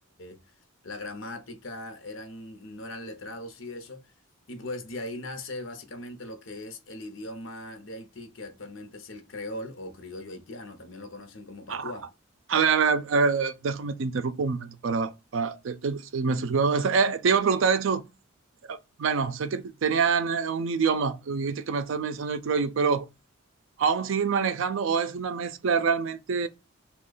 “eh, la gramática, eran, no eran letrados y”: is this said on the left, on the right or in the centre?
Left